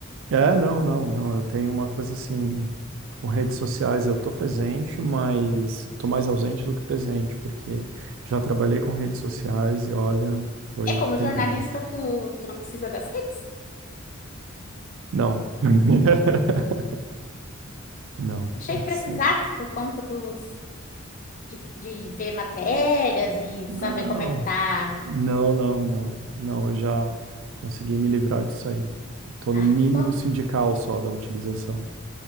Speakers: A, on the right; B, on the left.
A: É, é, não, não, não. Eu tenho uma coisa assim, com redes sociais eu tô presente, mas tô mais ausente do que presente, porque já trabalhei com redes sociais e olha, foi
B: É como
A: terrível.
B: jornalista, tu, tu não precisa das redes?
A: Não. <laughs> Não,
B: Achei
A: não
B: que
A: preciso.
B: precisasse por conta dos de, de ver matérias e
A: Não,
B: saber como é que tá.
A: não, não, não. Não, eu já consegui me livrar disso aí. Tô no
B: Ah,
A: mínimo
B: que bom,
A: sindical só da utilização.